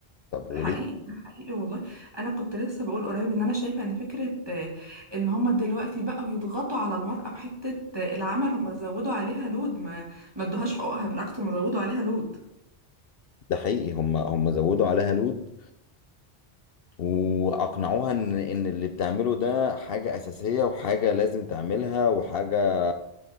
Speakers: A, on the left (about 65°); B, on the right (about 20°).
A: طب
B: حقيقي
A: وليه
B: ده حقيقي والله انا كنت لسه بقول قريب ان انا شايفه ان فكره آه، ان هما دلوقتي بقوا يضغطوا على المراه بحته آه، العمل هما زودوا عليها لود ما ما ادوهاش حقوقها بالعكس هما زودوا عليها لود
A: ده حقيقي هم هم زودوا عليها لود واقنعوها
B: مم.
A: ان ان اللي بتعمله ده حاجه اساسيه وحاجه لازم تعملها وحاجه